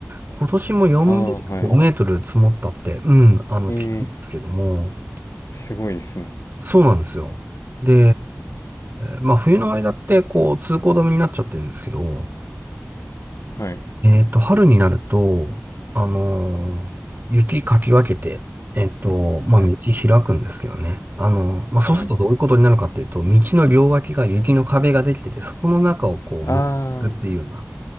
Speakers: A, on the right (about 45°); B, on the left (about 90°).
A: 今年も4メートル、
B: あ、ああ、はい。
A: 5メートル積もったって、うん、あの、
B: ええ、
A: 聞くんですけども、
B: すごいですね。
A: そうなんですよ。で、まあ冬の間ってこう通行止めになっちゃってるんですけど、
B: はい。
A: えっと、春になると、あのー雪かき分けて、えっと、まあ道開くんですけどね。
B: はい、
A: あの、まあそうするとどういうことになるかっていうと、
B: はい。
A: 道の両脇が雪の壁ができてて、そこの中をこう向くっていうような、
B: ああ、